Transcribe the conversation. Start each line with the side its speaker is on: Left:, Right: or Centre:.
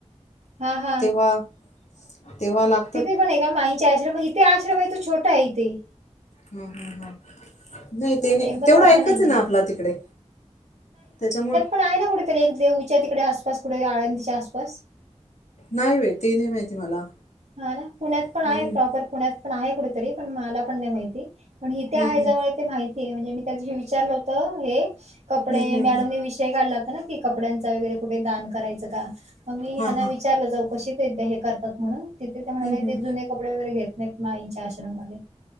Right: हा हा
Left: तेव्हा तेव्हा लाग
Right: तिथे पण आहे का माईंनचे आश्रम, मग इथे आश्रम आहे तो छोटा आहे इथे.
Left: हं हं हा. नाही ते
Right: अं,
Left: नाही,
Right: एकदम
Left: तेवढं
Right: मोठा
Left: एकच
Right: नाहीये
Left: आहे ना आपला तिकडे, त्याच्यामुळ
Right: राहायला कुठे तू <inaudible> तर एक देहूच्या तिकडे आसपास कुठे आळंदीच्या आसपास
Left: नाही व्हय ते नाही माहिती मला.
Right: हा ना, पुण्यात
Left: हम्म
Right: पण आहे प्रॉपर पुण्यात पण आहे कुठेतरी पण मला पण नाही माहिती. पण इथे
Left: हं,
Right: आहे
Left: हं.
Right: जवळ ते माहिती आहे म्हणजे मी त्या दिवशी विचारलं होत हे. कपडे
Left: हं, हं,
Right: मॅडमने
Left: हं.
Right: विषय काढला होता ना की कपड्यांचा वगैरे कुठे दान करायच का? म मी
Left: हां,
Right: ह्यांना
Left: हां.
Right: विचारलं चौकशी ते हे करतात म्हणून तिथे ते म्हणाले
Left: हं, हं.
Right: ते जुने कपडे वगैरे घेत नाहीत माईंच्या आश्रम मध्ये.